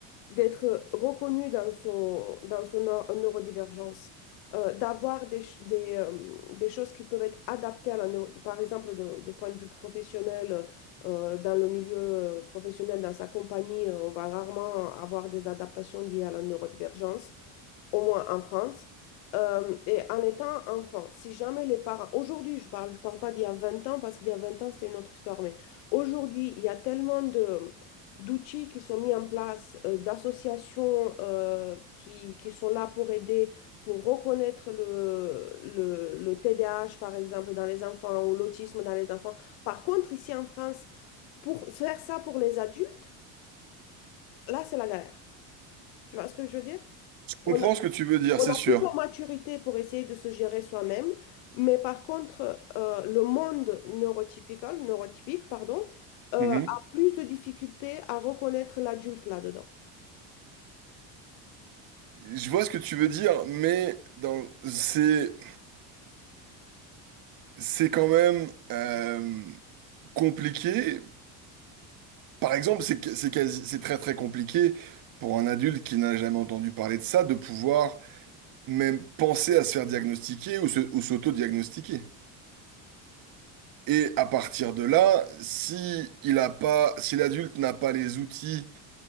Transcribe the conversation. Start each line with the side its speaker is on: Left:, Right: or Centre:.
Left: d'être reconnu dans son, dans son neu- neurodivergence, euh, d'avoir des, ch- des, euh, des choses qui peuvent être adaptées à la neuro- par exemple, de, de point de vue professionnel, euh, dans le milieu euh, professionnel, dans sa compagnie, euh, on va rarement avoir des adaptations liées à la neurodivergence au moins en France. Euh, et en étant enfant, si jamais les parents, aujourd'hui je parle, je parle pas d'il y a 20 ans parce qu'il y a 20 ans c'était une autre histoire, mais aujourd'hui il y a tellement de, d'outils qui sont mis en place, euh, d'associations euh, qui, qui sont là pour aider, pour reconnaître le, le, le TDAH, par exemple, dans les enfants ou l'autisme dans les enfants. Par contre, ici en France, pour faire ça pour les adultes, là, c'est la galère. Tu vois ce que je veux dire? On,
Right: comprends ce que tu veux dire,
Left: on
Right: c'est
Left: a
Right: sûr.
Left: plus la maturité pour essayer de se gérer soi-même, mais par contre, euh, le monde neurotypical, neurotypique, pardon, euh,
Right: Mhm.
Left: a plus de difficultés à reconnaître l'adulte là-dedans.
Right: Je vois ce que tu veux dire, mais dans c'est c'est quand même euh, compliqué. Par exemple, c'est que- c'est quasi, c'est très très compliqué pour un adulte qui n'a jamais entendu parler de ça de pouvoir même penser à se faire diagnostiquer ou se, ou s'auto-diagnostiquer. Et à partir de là, si il a pas, si l'adulte n'a pas les outils